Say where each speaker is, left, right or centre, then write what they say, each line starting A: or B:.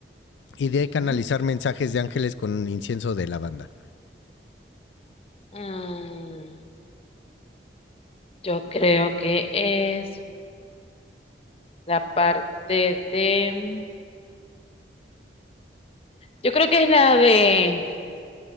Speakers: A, on the left (about 85°); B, on the left (about 35°).
A: Y D.
B: Ujú.
A: Canalizar mensajes de ángeles con un incienso de lavanda.
B: Mm, yo creo que es la parte de... Yo creo que es la de...